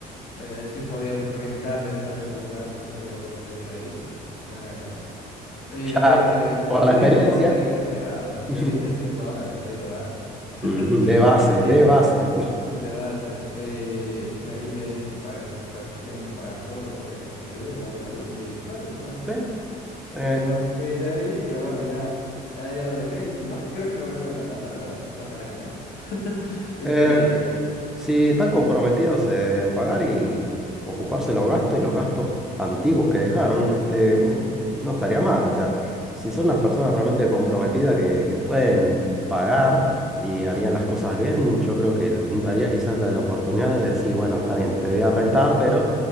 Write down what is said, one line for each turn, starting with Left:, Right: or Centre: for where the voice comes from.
Left: eh, si podía rentarle esta vez el lugar porque quiere volver a vivir ahí. Eh, Y le
Centre: ya
Left: dije, le,
Centre: por
Left: le
Centre: la experiencia,
Left: dije un monto ya exagerado,
Centre: <laughs>
Left: le dije 100 dólares ahí de base. <laughs>
Centre: ujú, de base,
Left: Y,
Centre: de base.
Left: s- así de base. Y, me- y le dije que, paga- pa- que tiene que pagar todo lo que debía del agua y la luz, y claro que puede entrar.
Centre: Sí, eh,
Left: Y, bu- y de ahí, eh, bueno, ya, ya, ya lo dejé y no creo que me vuelva a llamar, la verdad. Ojalá que no. <laughs> Estoy
Centre: eh,
Left: ahí.
Centre: Si están comprometidos eh, en pagar y ocuparse los gastos y los gastos antiguos que dejaron, este, mm, no estaría mal. O sea, si son las personas realmente comprometidas que, que pueden pagar y harían las cosas bien, yo creo que daría quizás la, la oportunidad de decir, bueno, está bien, te voy a rentar, pero